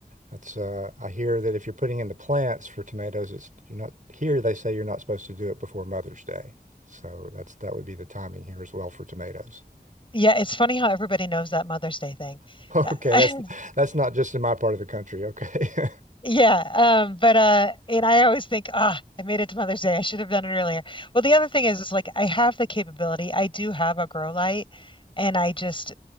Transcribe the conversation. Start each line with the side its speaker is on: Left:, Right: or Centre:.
Right: that's uh I hear that if you're putting in the plants for tomatoes, it's you're not here they say you're not supposed to do it before Mother's Day. So that's that would be the timing here as well for tomatoes. <laughs>
Left: Yeah, it's funny how everybody knows that Mother's Day thing. <laughs> I
Right: Okay, that's that's not just in my part of the country. Okay.
Left: Yeah, um, but uh, and I always think, ah, I made it to Mother's Day. I should have done it earlier. Well, the other thing is, is like I have the capability. I do have a grow light, and I just